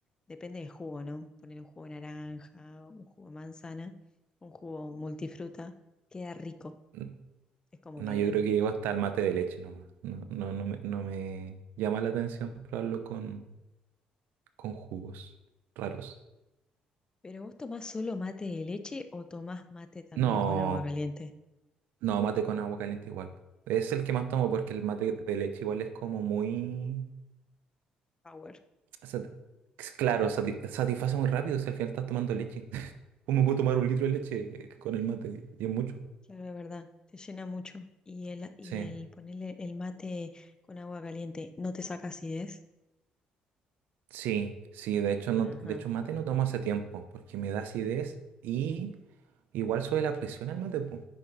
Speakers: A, on the left; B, on the right.
A: depende del jugo, ¿no? Ponele un jugo de naranja, un jugo de manzana, un jugo multifruta. Queda rico.
B: N-
A: Es como
B: No,
A: que...
B: yo creo que llego hasta el mate de leche nomás. No, no, no me, no me llama la atención probarlo con, con jugos raros.
A: ¿Pero vos tomás solo mate de leche o tomás mate también
B: No,
A: con agua caliente?
B: no, mate con agua caliente igual. Es el que más tomo porque el mate de leche igual es como muy...
A: Power.
B: o claro, sati- satisface muy rápido si al final estás tomando leche. ¿Cómo puedo tomar un litro de leche con el mate? Y es mucho.
A: Claro, es verdad, te llena mucho. Y el, y
B: Sí,
A: el ponerle el mate con agua caliente, ¿no te saca acidez?
B: sí, sí, de hecho no,
A: Ajá.
B: de hecho mate no tomo hace tiempo, porque me da acidez y igual sube la presión al mate, po.